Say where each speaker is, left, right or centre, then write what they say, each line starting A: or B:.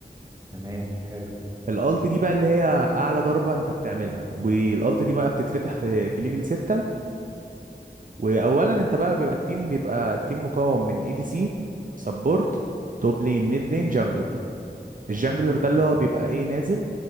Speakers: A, on the right (about 20°); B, on the right (about 50°).
A: تمام حلو
B: الالت دي بقى اللي هي اعلى ضربه انت بتعملها والالت دي بقى بتتفتح في في ليفل 6 واولا انت بقى بيبقى التيم بيبقى التيم مكون من اي دي سي سبورت توب لين ميد لين جانجلر الجانجلر ده
A: تمام
B: اللي هو بيبقى ايه نازل